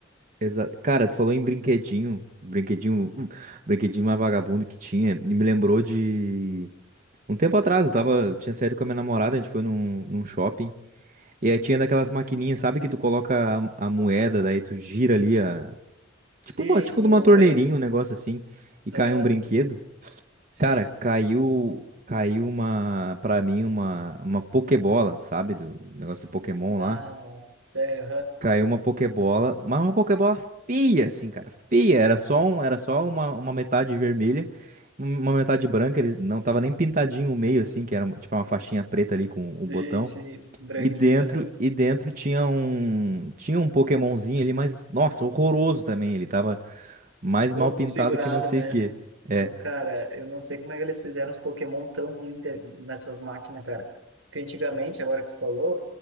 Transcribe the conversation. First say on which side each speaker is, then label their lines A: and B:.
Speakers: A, on the right; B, on the right.
A: Exa- Cara, tu falou em brinquedinho, brinquedinho, hum, brinquedinho mais vagabundo que tinha, e me lembrou de Um tempo atrás, eu tava, tinha saído com a minha namorada, a gente foi num, num shopping. E aí tinha daquelas maquininhas, sabe, que tu coloca a, a moeda, daí tu gira ali a.
B: Sim,
A: Tipo uma, tipo
B: sim,
A: de uma
B: comprei.
A: torneirinha, um negócio assim, e cai
B: Aham,
A: um brinquedo.
B: sim.
A: Cara, caiu. Caiu uma, pra mim, uma, uma Pokébola, sabe? Do negócio do Pokémon
B: Bah,
A: lá.
B: sério, aham.
A: Caiu uma Pokébola, mas uma Pokébola feia, assim, cara, feia. Era só um, era só uma, uma metade vermelha, uma metade branca. Ele não tava nem pintadinho o meio, assim, que era tipo uma faixinha preta ali com
B: Sim,
A: um botão.
B: sim, branquinho,
A: E dentro,
B: aham.
A: e dentro tinha um, tinha um Pokémonzinho ali, mas nossa, horroroso também. Ele tava mais
B: Todo
A: mal pintado
B: desfigurado,
A: que não sei
B: né?
A: o quê. É,
B: Pô, Cara, eu não sei como é que eles fizeram os Pokémon tão ruins nessas máquinas, cara. Porque antigamente, agora que tu falou,